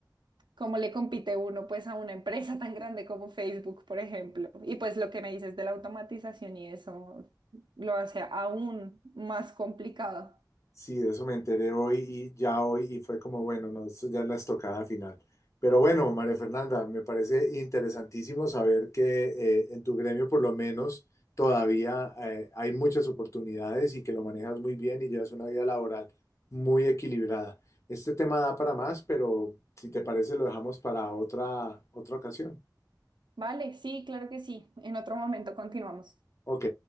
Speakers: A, on the right; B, on the left.
A: cómo le compite uno pues a una empresa tan grande como Facebook, por ejemplo. Y pues lo que me dices de la automatización y eso lo hace aún más complicado.
B: Sí, de eso me enteré hoy y ya hoy y fue como, bueno, no, esto ya es la estocada final. Pero bueno, María Fernanda, me parece interesantísimo saber que eh, en tu gremio por lo menos todavía eh, hay muchas oportunidades y que lo manejas muy bien y llevas una vida laboral muy equilibrada. Este tema da para más, pero si te parece lo dejamos para otra, otra ocasión.
A: Vale, sí, claro que sí. En otro momento continuamos.
B: Ok,